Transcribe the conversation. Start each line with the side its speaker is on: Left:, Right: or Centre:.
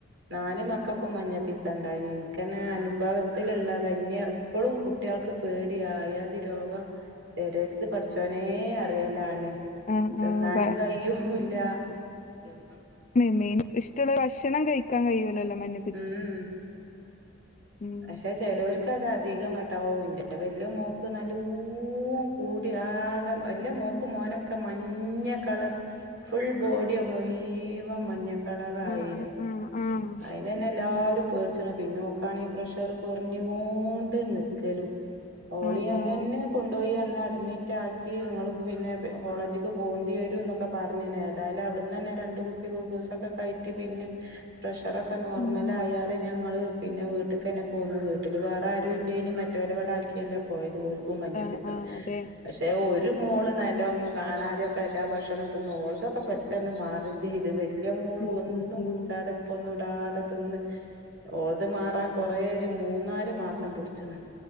Right: നാല് മക്കക്കും മഞ്ഞപ്പിത്തണ്ടായിനി ഇനിക്കെന്നെ അനുഭവത്തിലുള്ളത ഇന്നെ ഇപ്പളും കുട്ട് ട്ടിയാൾക്ക് പേടിയാ ആയാതി രോഗം വരര്ത് പഠച്ചോനെ അറിയലാണ്.
Left: ആഹ് ആഹ് വ്വ
Right: നും കയൂല്ല ഇൻ
Left: നെയ് മീൻ ഇഷ്ടള്ള ഭക്ഷണം കഴിക്കാൻ കയിയൂല്ലല്ലോ മഞ്ഞ
Right: ഉം
Left: ഉം
Right: പക്ഷെ ചെലോൽ ക്കതധികങ്ങട്ടാവുംഇന്റെ വെല്ല്യെ മോക്ക് നല്ലോം കൂടി ആകെ വെല്ല മോക്ക് ക്കും മോനൊക്കെ മഞ്ഞ കളർ ഫുൾ ബോഡിയാ മുയ്‌വൻ മഞ്ഞക്ക കളറായിന്
Left: ആഹ് ആഹ് ആഹ് ആഹ്
Right: അയിനന്നെല്ലാരും പേടിച്ച്ണ് പിന്നോക്കാണേ പ്രഷറ് കൊർഞ്ഞുകോണ്ട് നിക്കലും ഓളിയന്നന്നേ
Left: ആഹ് ആഹ്
Right: കൊണ്ടോയിയന്നഡ്മി റ്റാക്കീ ഇങ്ങള് പിന്നെ കോളജിക്കി പോണ്ടി വരുന്നൊക്കെ പറഞ്ണ് ഏതായാലും അവിട്ന്നന്നെ രണ്ട് കു പ്പി ഗ്ലൂക്കോസൊക്കെ കയറ്റി പിന്നെ പ്രഷറൊക്കെ നോർമലായാ
Left: ഉം
Right: ഇന്നട്ട് ഞങ്ങള് പിന്നെ വീട്ട്ക്കെന്നെ പോന്നു വീട്ടില് വേറാരും ഇല്ലേനി മറ്റൊലിവടാക്കിയല്ലെ. പോയതോൽക്കും മഞ്ഞപ്പിത്തം.
Left: ആഹ് ആഹ് അതെ
Right: പക്ഷെ ഒരു മോള് നല്ലോം കാണാതെയൊക്കെല്ലാ ഭക്ഷണം തിന്ന് ഓൾതൊക്ക പെട്ട് ട്ടെന്ന് മാറി ചെയ്ത് വല്യ മോള്
Left: ഉം
Right: ഒന്നും
Left: ഉം ഉം
Right: കുടിച്ചാതപ്പന്നും കൂട്ടാതെ തിന്ന് ഓൾത് മാറാൻ കൊറേയൊരു മൂന്നാല് മാസം പിടിച്ച്ണ്.